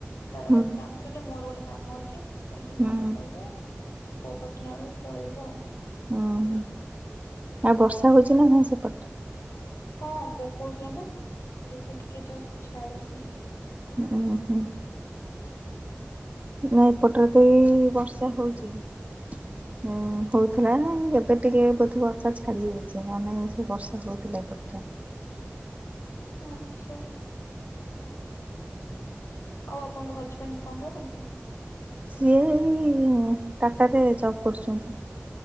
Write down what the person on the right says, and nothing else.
ହୁଁ।
ହୁଁ
ଉଁ ହୁଁ ଆଉ ବର୍ଷା ହଉଚି ନା ନାହିଁ ସେପଟ
ଓହୋ। ନା ଏପଟରେ ତ ଏଇ ବର୍ଷା ହଉଚି। ହଁ ହଉଥୁଲା ଏବେ ଟିକେ ବୋଧେ ବର୍ଷା ଛାଡି ଯାଇଚି ନ ନାଇଁ ସେ ବର୍ଷା ହଉଥିଲା ଏପଟରେ।
ସିଏ ଏଇ ଟାଟାରେ ଜବ୍ କରୁଚନ୍ତି।